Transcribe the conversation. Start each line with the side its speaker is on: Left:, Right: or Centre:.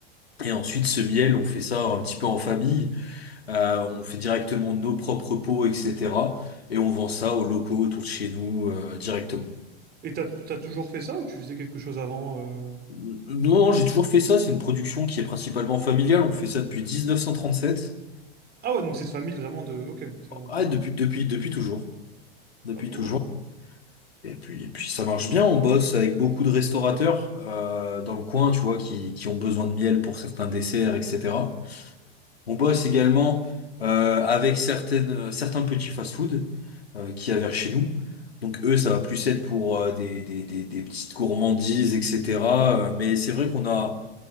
Left: Et ensuite, ce miel, on fait ça un petit peu en famille. Euh, on fait directement nos propres pots, etc. Et on vend ça aux locaux autour de chez nous euh, directement.
Right: Et t'as, t'as toujours fait ça ou tu faisais quelque chose avant? euh
Left: Non, non, j'ai toujours fait ça. C'est une production qui est principalement familiale. On fait ça depuis 1937.
Right: Ah ouais, donc c'est de famille vraiment de. Ok, c'est vraiment de
Left: Ah,
Right: famille.
Left: depuis, depuis, depuis toujours. Depuis
Right: Ah bon,
Left: toujours.
Right: ok.
Left: Et puis, et puis ça marche bien. On bosse avec beaucoup de restaurateurs euh, dans le coin, tu vois, qui, qui ont besoin de miel pour certains desserts, etc. On bosse également euh, avec certaines, euh, certains petits fast-food euh, qu'il y a vers chez nous. Donc eux, ça va plus être pour euh, des, des, des, des petites gourmandises, etc. Euh, mais c'est vrai qu'on a,